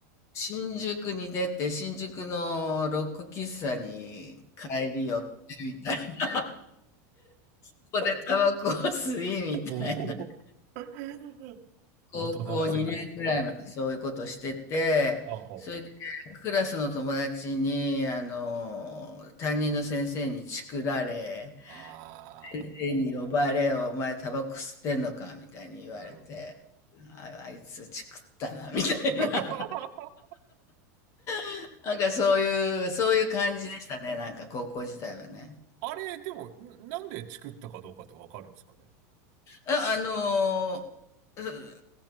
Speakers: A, on the left (about 30°); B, on the right (about 50°).
A: 新宿に出て、新宿のロック喫茶に帰り寄ってみたいな。<laughs> ここでタバコを吸いみたいな。
B: <laughs> おー大人の世界だ。
A: 高校2年くらいまでそういうことしてて、
B: ああ、ほうほう。
A: それでクラスの友達に、あの、担任の先生にチクられ、
B: あ
A: 先生に呼ばれよ、お前タバコ吸ってんのかみたいに言われて、
B: あ、なるほど。
A: あ、あいつチクったな、<laughs> みたいな。
B: <laughs>
A: <laughs> なんかそういう、そういう感じでしたね、なんか高校時代はね。
B: あれ、でも、んなんでチクったかどうかってわかるんですかね。
A: あ、あのー